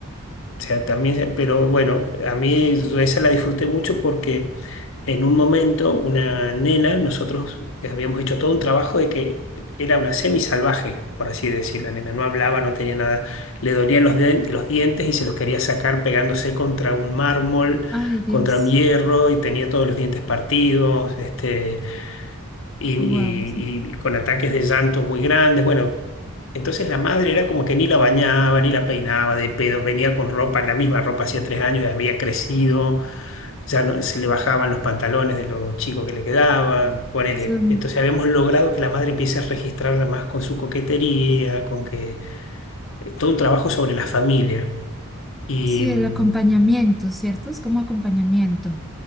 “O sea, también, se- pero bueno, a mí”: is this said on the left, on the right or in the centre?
Left